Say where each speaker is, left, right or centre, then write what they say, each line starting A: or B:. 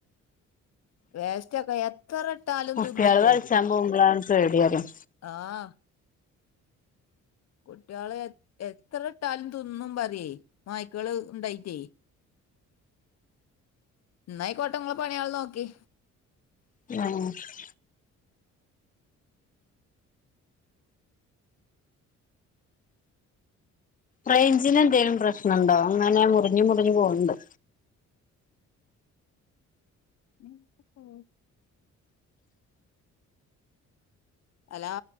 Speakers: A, on the left; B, on the left.
A: വേസ്റ്റ് ഒക്കെ എത്ര ഇട്ടാലും
B: കുട്ട്യാള്
A: തിന്നു പോകും
B: കളിച്ചാൻ പോകുമ്പളാണ് പേടി പറയും
A: ആഹ് കുട്ടികള് എത്ര ഇട്ടാലും തിന്നും പറയേ നായ്ക്കള് ഉണ്ടായിറ്റേ ഇന്നാ യിക്കോട്ടെ ങ്ങളെ പണിയാള് നോക്കി
B: <unintelligible> റേഞ്ചിന് എന്തേലും പ്രശ്നമുണ്ടോ അങ്ങനെ മുറിഞ്ഞു മുറിഞ്ഞു പോന്നുണ്ട്
A: ഞാ പ്പം പോവും അലോ